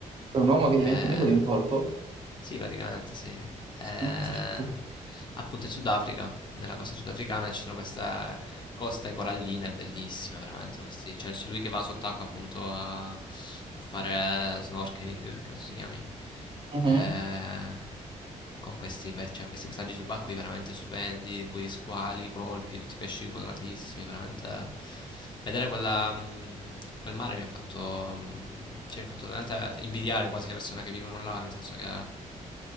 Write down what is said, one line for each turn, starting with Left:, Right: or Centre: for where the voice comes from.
Right: C'è un uomo che diventa
Left: Eh,
Right: amico di un polpo?
Left: sì, praticamente sì. Eh,
Right: Addirittura.
Left: appunto in Sudafrica nella costa sudafricana ci sono queste coste coralline bellissime, veramente questi. Cioè, c'è lui che va sott'acqua appunto a, a fare snorkeling, credo si chiami.
Right: Mhm.
Left: Eh, con questi, pe- cioè, questi passaggi subacquei veramente stupendi, poi gli squali, i polpi, tutti i pesci coloratissimi, veramente vedere quella, mh, quel mare mi ha fatto, mh, cioè, mi ha fatto veramente invidiare quasi le persone che vivono là, nel senso che,